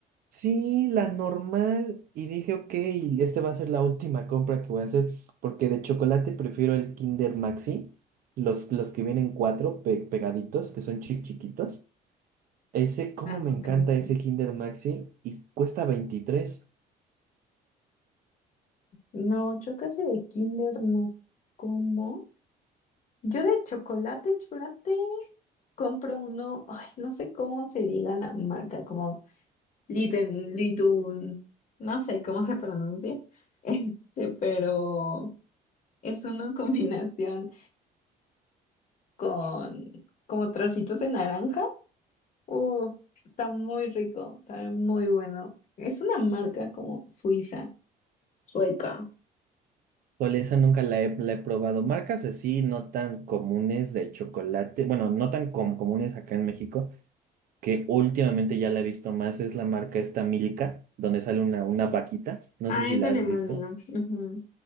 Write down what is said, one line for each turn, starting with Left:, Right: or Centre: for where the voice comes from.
Right: Sí, la normal. Y dije, ok, esta va a ser la última compra que voy a hacer, porque de chocolate prefiero el Kinder Maxi, los, los que vienen cuatro pe- pegaditos, que son chic chiquitos. Ese, cómo
Left: Ah,
Right: me
Left: ok,
Right: encanta
Left: ok.
Right: ese Kinder Maxi y cuesta 23.
Left: No, yo casi de Kinder no como. Yo de chocolate, chocolate, compro uno, ay, no sé cómo se diga la marca, como Liden, Lidun, no sé cómo se pronuncia, <laughs> este, pero es una <laughs> combinación con como trocitos de naranja. Uh, está muy rico, sabe muy bueno. Es una marca como suiza, sueca.
Right: Con esa nunca la he, la he probado. Marcas así no tan comunes de chocolate, bueno, no tan com- comunes acá en México, que últimamente ya la he visto más, es la marca esta Milka, donde sale una, una vaquita. No
Left: Ah,
Right: sé si
Left: es
Right: la
Left: alemana.
Right: has visto.
Left: ujú.